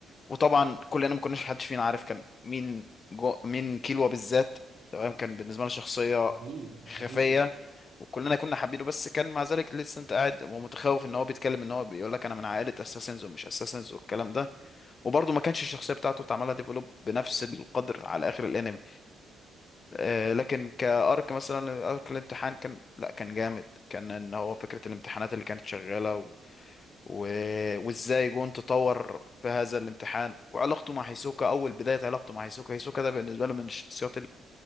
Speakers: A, on the left; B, on the right.
A: وطبعا كلنا ما كناش حدش فينا عارف كان مين جو من كيلوا بالذات تمام كان بالنسبه لنا شخصيه
B: ده حقيقي ده حقيقي
A: خفيه وكلنا كنا حابينه بس كان مع ذلك لسه انت قاعد ومتخوف ان هو بيتكلم ان هو بيقول لك انا من عائله اساسنز ومش اساسنز والكلام ده وبرضه ما كانش الشخصيه بتاعته اتعملها ديفلوب بنفس القدر على اخر الانمي آه لكن كارك مثلا ارك الامتحان كان لا كان جامد كان ان هو فكره الامتحانات اللي كانت شغاله و... و... وازاي جون تطور في هذا الامتحان وعلاقته مع هيسوكا اول بدايه علاقته مع هيسوكا هيسوكا ده بالنسبه له من الشخصيات